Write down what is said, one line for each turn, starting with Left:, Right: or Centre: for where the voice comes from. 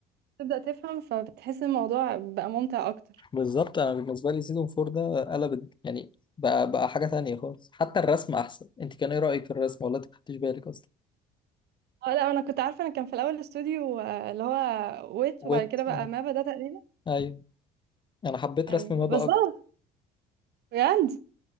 Right: تبدأ تفهم فبتحس الموضوع بقى ممتع أكتر
Left: بالظبط انا بالنسبه لي سيزون 4 ده قلب يعني بقى بقى حاجه تانية خالص حتى الرسم احسن انت كان ايه رايك في الرسم ولا انت ما خدتش بالك اصلا
Right: اه لا أنا كنت عارفة أنا كان في الأول استوديو آه، اللي هو ويت
Left: ويت
Right: وبعد كده بقى
Left: اه
Right: مابا ده تقريبا
Left: ايوه انا حبيت
Right: أيوه
Left: رسم مابا
Right: بالظبط
Left: اكتر
Right: بجد